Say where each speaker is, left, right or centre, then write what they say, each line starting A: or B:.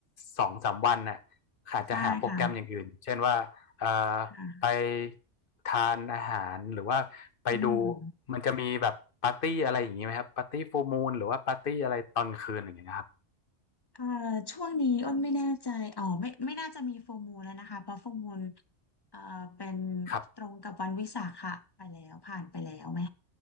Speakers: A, on the left; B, on the left.
A: สองสามวันน่ะอาจจะหาโปรแกรมอย่างอื่น
B: ใช่ค่ะ
A: เช่นว่าเอ่อไป
B: ค่ะ
A: ทานอาหาร หรือว่า ไปดู
B: อืม
A: มันจะมีแบบปาร์ตี้อะไรอย่างนี้ไหมครับปาร์ตี้ฟูลมูนหรือว่าปาร์ตี้อะไรตอนคืนอย่างเงี้ยครับ
B: เอ่อช่วงนี้อ้นไม่แน่ใจอ๋อไม่ไม่น่าจะมีโฟมูลแล้วนะคะเพราะโฟมูลเอ่อเป็น
A: ครับ
B: ตรงกับวันวิสาขะไปแล้วผ่านไปแล้วไหม